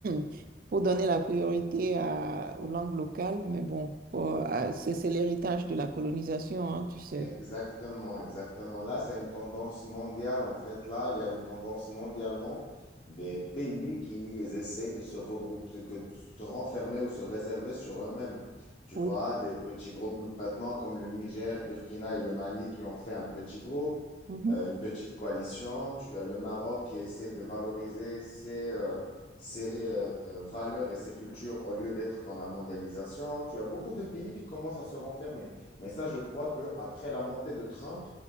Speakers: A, on the right (about 50°); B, on the left (about 35°).
A: <clears throat> pour donner la priorité à, aux langues locales. Mais bon, pour- à- c'est c'est l'héritage de la colonisation, hein, tu sais.
B: Exactement, exactement. Là, c'est une tendance mondiale. En fait, là, il y a une tendance mondialement des pays qui essaient de se regrouper, que, se renfermer ou se réserver sur eux-mêmes. Tu
A: Oui.
B: vois, des petits groupes maintenant comme le Niger, Burkina et le Mali qui ont fait un petit groupe.
A: Mhm.
B: euh, une petite coalition. Tu as le Maroc qui essaie de valoriser ses, euh, ses euh, euh, valeurs et ses cultures au lieu d'être dans la mondialisation. Tu as beaucoup de pays qui commencent à se renfermer. Mais ça, je crois qu'après la montée de Trump,